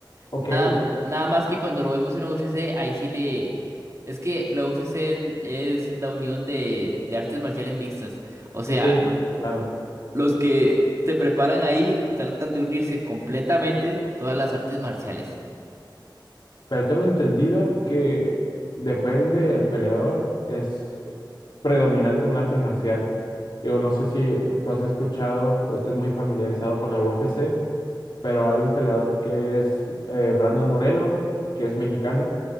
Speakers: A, on the left; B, on the right.
A: Ok,
B: Nada, nada más que cuando lo vemos en UFC, ahí sí le... Es que la UFC es, es la unión de, de artes marciales mixtas. O sea,
A: sí,
B: l-
A: claro.
B: lo- los que se preparan ahí tratan de unirse completamente todas las artes marciales.
A: Pero tengo entendido que depende el peleador, es predominante un arte marcial. Digo, no sé si tú has escuchado o estás muy familiarizado con la UFC, pero hay un peleador que es eh, Brandon Moreno, que es mexicano,